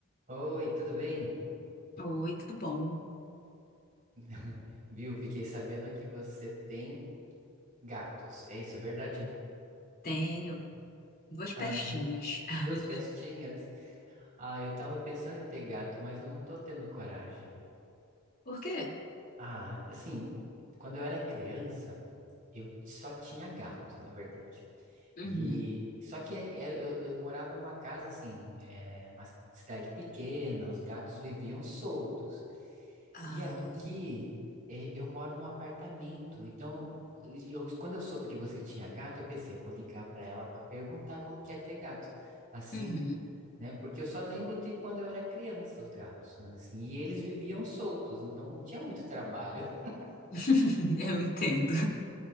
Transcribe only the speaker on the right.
Oi, tudo bem?
<laughs> Viu? Fiquei sabendo que você tem gatos. É isso, é verdade?
Ah,
duas pestinhas. Ah, eu tava pensando em ter gato, mas eu não tô tendo coragem.
Ah, assim, quando eu era criança, eu só tinha gato, na verdade.
E só que era- eu, eu morava numa casa assim, é, uma cidade pequena, os gatos viviam soltos.
E aqui é, eu moro num apartamento, então eu- quando eu soube que você tinha gato, eu pensei, eu vou ligar para ela para perguntar como que é ter gato, assim,
né? Porque eu só lembro de quando eu era criança os gatos, assim, e eles viviam soltos, então não tinha muito trabalho. <laughs>